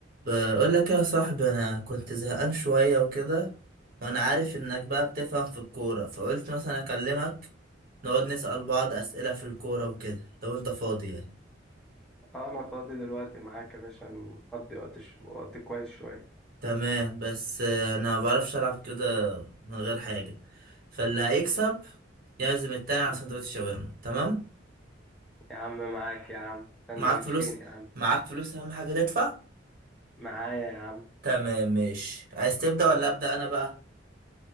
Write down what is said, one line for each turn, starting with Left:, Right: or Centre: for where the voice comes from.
Right: بقول لك يا صاحبي انا كنت زهقان شويه وكده وانا عارف انك بقى بتفهم في الكوره فقلت مثلا اكلمك نقعد نسأل بعض اسئله في الكوره وكده لو انت فاضي يعني
Centre: اه انا فاضي دلوقتي معاك يا باشا نقضي وقت ش... وقت كويس شوية
Right: تمام بس آه، انا ما بعرفش العب كده من غير حاجه فاللي هيكسب يعزم التاني على
Centre: م.
Right: سندوتش شاورما تمام
Centre: يا عم معاك يا عم سندوتشين
Right: معاك فلوس
Centre: يا عم
Right: معاك فلوس اهم حاجه تدفع
Centre: معايا يا عم
Right: تمام ماشي عايز تبدأ ولا
Centre: م.
Right: أبدأ انا بقى